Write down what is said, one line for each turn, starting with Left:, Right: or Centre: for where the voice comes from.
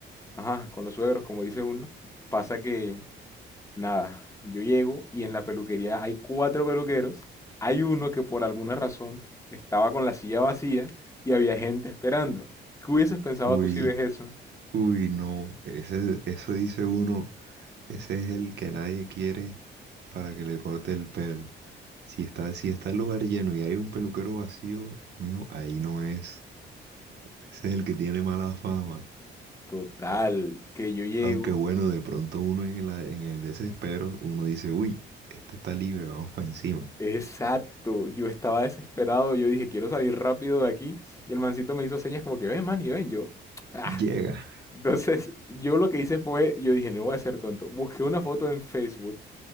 Left: ajá, con los suegros, como dice uno. Pasa que, nada, yo llego y en la peluquería hay cuatro peluqueros. Hay uno que por alguna razón estaba con la silla vacía y había gente esperando. ¿Qué hubieses pensado
Right: Uy,
Left: tú si ves eso?
Right: uy, no. Ese, eso dice uno. Ese es el que nadie quiere para que le corte el pelo. Si está, si está el lugar lleno y hay un peluquero vacío, mijo ahí no es. Ese es el que tiene mala fama.
Left: Total, que yo llego.
Right: Aunque bueno, de pronto uno en la- en el desespero, uno dice, uy, este está libre, vamos para encima.
Left: Exacto, yo estaba desesperado, yo dije, quiero salir rápido de aquí. Y el mancito me hizo señas como que, ven, man, y ven, yo. <tsk>
Right: Llega,
Left: Entonces, yo lo que hice fue, yo dije, no voy a ser tonto. Busqué una foto en Facebook,